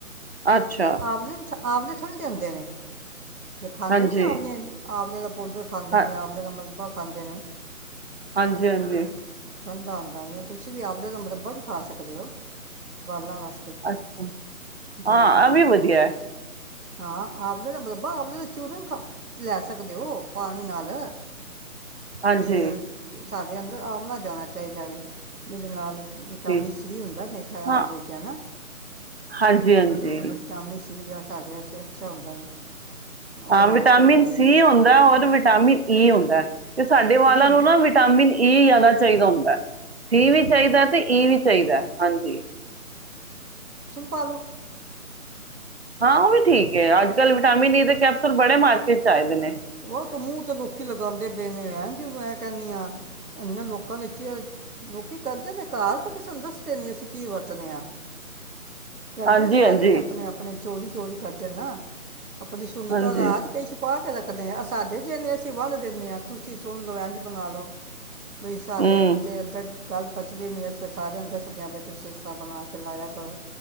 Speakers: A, on the right; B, on the right.
A: ਅੱਛਾ,
B: ਆਵਲੇ ਆਵਲੇ ਠੰਡੇ <unintelligible> ਜੇ ਖਾਂਦੇ
A: ਹਾਂਜੀ।
B: ਨੀ ਆਪਦੇ, ਆਪ ਜਿਆਂ ਦਾ ਪੋਡਰ ਖਾਂਦੇ
A: ਹਾਂ,
B: ਨੇ, ਆਮਲੇ ਦਾ ਮਰਬਾ ਪਾਂਦੇ ਨੇ।
A: ਹਾਂਜੀ- ਹਾਂਜੀ।
B: ਪੰੰਦਾਮ ਤੁਸੀਂ ਵੀ ਆਵਲੇ ਦਾ ਮਰਬਾ ਵੀ ਖਾ ਸਕਦੇ ਹੋ, ਬਾਲਾਂ ਵਾਸਤੇ
A: ਅੱਛਾ।
B: ਜਿਵੇਂ
A: ਹਾਂ
B: ਕਿ
A: ਆ ਵੀ ਵਧੀਆ ਹੈ।
B: ਹਾਂ। ਆਵਲੇ ਦਾ ਮਰਬਾ, ਆਵਲੇ ਦਾ ਚੂਰਨ। ਲੈ ਸਕਦੇ ਹੋ, ਪਾਣੀ ਨਾਲ
A: ਹਾਂਜੀ,
B: ਜਿਵੇਂ ਸਾਡੇ ਅੰਦਰ ਆਵਲਾ ਜਾਣਾ ਚਾਹੀਦਾਵੇ ਜਿਦੇ ਨਾਲ ਵਿਟਾਮਿਨ
A: ਠੀਕ,
B: ਸੀ ਹੁੰਦਾ ਮੇਖਾ
A: ਹਾਂ,
B: ਆਮਲੇ 'ਚ ਹੈ ਨਾ
A: ਹਾਂਜੀ-ਹਾਂਜੀ।
B: ਵਿਟਾਮਿਨ ਸੀ ਜਸ ਸਾਡੇ ਵਾਸਤੇ ਅੱਛਾ ਹੁੰਦਾ ਹੈ ਉਹ
A: ਹਾਂ
B: ਲੈਣਾ
A: ਵਿਟਾਮਿਨ
B: ਚਾਹੀਦਾ ਹੈ
A: ਸੀ ਹੁੰਦਾ ਔਰ ਵਿਟਾਮਿਨ ਈ ਹੁੰਦਾ। ਤੇ ਸਾਡੇ ਵਾਲਾਂ
B: ਇਹ ਹੁੰਦਾ
A: ਨੂੰ
B: ਹੈ।
A: ਨਾ ਵਿਟਾਮਿਨ ਕੀ, ਜਾਦਾ ਚਾਈਦਾ ਹੁੰਦਾ? ਸੀ ਵੀ ਚਾਹੀਦਾ ਤੇ ਈ ਵੀ ਚਾਹੀਦਾ, ਹਾਂਜੀ।
B: ਖਾਲੋ
A: ਹਾਂ ਉਹ ਵੀ ਠੀਕ ਹੈ ਅੱਜ-ਕੱਲ ਵਿਟਾਮਿਨ ਈ ਦੇ ਕੈਪਸੂਲ ਬੜੇ ਮਾਰਕੀਟ ਚਾਹੀਦੇ ਨੇ
B: ਉਹ ਤੇ ਮੂੰਹ ਤੇ ਲੋਕੀ ਲਗਾਉਂਦੇ ਪਏ ਨੇ ਐਂਜ ਵੈ ਕਹਿੰਦੀ ਆ, ਇਹਨਾਂ ਲੋਕਾਂ ਵਿਚ ਲੋਕੀ ਕਰਦੇ ਤੇ ਘਾਰ ਪਰ ਕਿਸ ਨੂੰ ਦੱਸਦੇ ਨੀ ਅਸੀਂ ਕੀ ਵਰਤਦੇ ਹਾਂ ਕਰਦੇ
A: ਹਾਂਜੀ-ਹਾਂਜੀ।
B: ਸਾਰੇ ਨੇ ਆਪਣੇ ਆਪਣੇ ਚੋਰੀ ਚੋਰੀ ਕਰਦੇ ਨਾ ਆਪਣੀ ਸੁੰਦਰਤਾ
A: ਹਾਂਜੀ,
B: ਦਾ ਰਾਜ ਕਈ ਛੁਪਾ ਕੇ ਰੱਖ ਦੇ ਹੈ ਸਾਡੇ ਜੇ ਨਹੀ, ਅਸੀਂ ਵੰਡ ਦਿੰਦੇ ਹਾਂ ਤੁਸੀਂ ਸੁਣ ਲੋ ਇੰਝ ਬਣਾਲਓ ਬਈ ਸਾਡੇ
A: ਹੂੰ,
B: <unintelligible> ਗੱਲ ਪਚਦੀ ਨੀ ਅਸੀਂ ਸਾਰਿਆਂ ਨੂੰ ਦੱਸਦੇਆ ਵੀ ਤੁਸੀਂ ਇਸ ਤਰਾਂ ਬਣਾ ਕੇ ਲਾਇਆ ਕਰੋ।